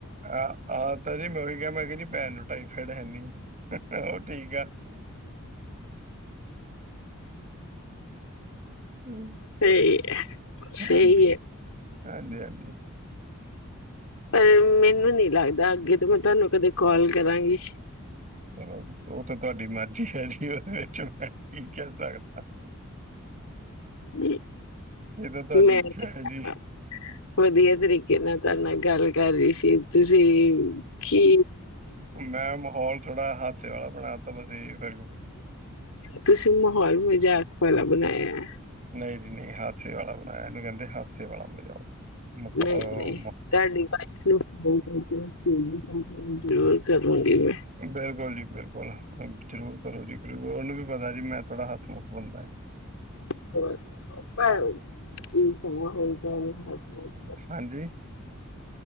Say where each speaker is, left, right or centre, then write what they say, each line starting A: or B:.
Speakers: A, on the right (about 35°); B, on the left (about 80°).
A: ਆਹ-ਆਹ ਤਾਂ ਜੀ ਮੈਂ ਉਹੀ ਕਿਹਾ ਮੈਂ ਕਿਹਾ ਜੀ ਭੈਣ ਨੂੰ ਟਾਈਫਾਈਡ ਹੈਨੀ। ਉਹ ਠੀਕ ਆ। ਹੂੰ
B: ਸਹੀ ਹੈ
A: ਹਾਂਜੀ।
B: ਸਹੀ ਹੈ
A: ਹਾਂਜੀ-ਹਾਂਜੀ।
B: ਪਰ ਮੈਨੂੰ ਨਹੀਂ ਲੱਗਦਾ ਅੱਗੇ ਤੋਂ ਮੈਂ ਤੁਹਾਨੂੰ ਕਦੇ ਕਾਲ ਕਰਾਂਗੀ।
A: ਚਲੋ ਉਹ ਤਾਂ ਤੁਹਾਡੀ ਮਰਜ਼ੀ ਹੈ ਜੀ ਉਹਦੇ ਵਿੱਚ ਮੈਂ ਕੀ ਕਹਿ ਸਕਦਾ।
B: ਜੀ
A: ਇਹ ਤਾਂ ਤੁਹਾਡੀ
B: ਮੈਂ
A: ਇੱਛਾ
B: ਕਿਹਾ
A: ਹੈ ਜੀ
B: ਵਧੀਆ ਤਰੀਕੇ ਨਾਲ ਤੁਹਾਡੇ ਨਾਲ ਗੱਲ ਕਰ ਰਹੀ ਸੀ ਤੁਸੀਂ ਕੀ
A: ਮੈਂ ਮਾਹੌਲ ਥੋੜਾ ਹਾਸੇ ਵਾਲਾ ਬਣਾਤਾ ਬਸ ਇਹ ਫਿਰ
B: ਤੁਸੀਂ ਮਾਹੌਲ ਮਜ਼ਾਕ ਵਾਲਾ ਬਣਾਇਆ ਐ।
A: ਨਹੀਂ ਜੀ ਨਹੀਂ ਹਾਸੇ ਵਾਲਾ ਬਣਾਇਆ ਇਹਨੂੰ ਕਹਿੰਦੇ ਹਾਸੇ ਵਾਲਾ ਮਾਹੌਲ। ਮੁਖ-
B: ਨਹੀਂ-ਨਹੀਂ
A: ਅਹ
B: ਤੁਹਾਡੀ ਭਾਈ <unintelligible> ਜ਼ਰੂਰ ਕਰੂੰਗੀ ਮੈਂ।
A: ਬਿਲਕੁਲ ਜੀ ਬਿਲਕੁਲ ਜ਼ਰੂਰ ਕਰੋ ਜੀ ਕਰ ਉਹਨੂੰ ਵੀ ਪਤਾ ਜੀ ਮੈਂ ਥੋੜਾ ਹੱਥ ਮੁੱਖ ਬੰਦਾ ਹੈ।
B: <inaudible>
A: ਹਾਂਜੀ